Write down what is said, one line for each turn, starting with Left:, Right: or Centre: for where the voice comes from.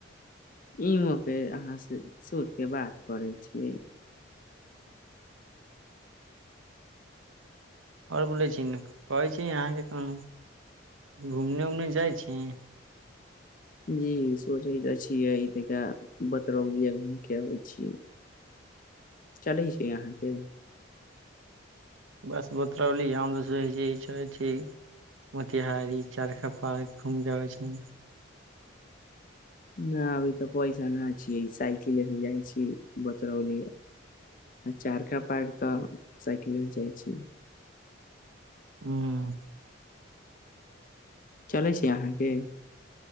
Left: इमऽपे अहाँ से सुत के बात करै छियै‌।
Right: और बोलै छी ने‌। कहै छी अहाँके कोन घूमने उमने जाइ छी?
Left: जी सोचै तऽ छियै ई तका बतरौलिये घूमि के आबै छियै।
Right: <unintelligible>
Left: चलै छै अहाँके?
Right: बस बतरौली हम तऽ सोचै छी चलै छी। मोतिहारी चारखा पार्क घुमि के आबै छै।
Left: नै अभी तऽ पैसा ना छियै साइकिले से जाइ छी। तरौली आ चारखा पार्क तऽ साइकिले से जाइ छी।
Right: ऊँ
Left: चलै छै अहाँके?